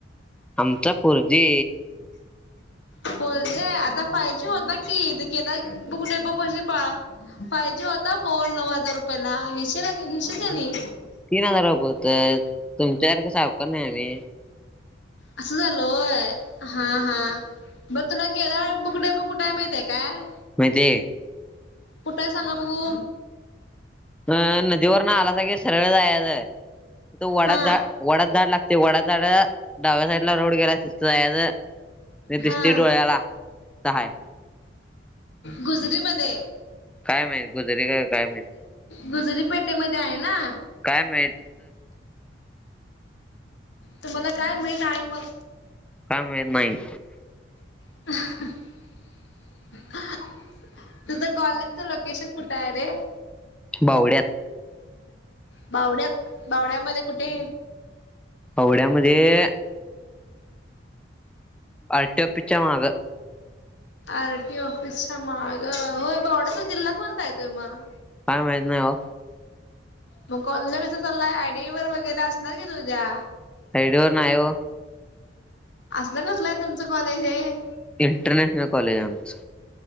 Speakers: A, in the centre; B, on the left.
A: आमचा फोर जी.
B: फोर जी आहे आता फायव जी होत ना की <unintelligible> फाय जी होता फोन नऊ हजार रुपयाला घ्याशी-घेशील का नाही.
A: तीन हजार वब होत तुमच्यासारख सावकार नाही आम्ही.
B: असं झाल होय हा हा. बघ तुला केला बुकू टेम्पो कुठे आहे माहित आहे काय?
A: म्हणजे
B: कुठ हाय सांगा बघू?
A: अ नदीवर न आलासा की सरळ जायचं तिथं वडा
B: हा
A: झाड वडाच झाड लागते वडा झाड डाव्या साईडला रोड गेलाय तिथं जायचं. ते दिसतंय
B: हा
A: डोळ्याला तिथं हाय.
B: गुजरी मध्ये.
A: काय माहित गुजरीे काय माहित.
B: गुजरी पेठे मध्येआहे ना?
A: काय माहित?
B: तर मला काय माहित आहे मग?
A: काय माहित नाही.
B: <unintelligible> तुझं कॉलेजचं लोकेशन कुठे आहे रे,
A: बावड्यात
B: बावड्या बावड्यामध्ये कुठे?
A: पवड्यामध्ये आरटीओ ऑफिस च्या मागं.
B: आर टी ऑफिसच्या माग होय पोवड्याचा जिल्हा कोणता यतोय मग,
A: काय माहित नाही हो.
B: मग कॉल कस चला आयडी वर वगैरे असणार की तुझ्या त्या
A: आयडीवर नायो.
B: असलं कसलं आहे तुमचं कॉलेज हे.
A: इंटरनॅशनल कॉलेज आहे आमच.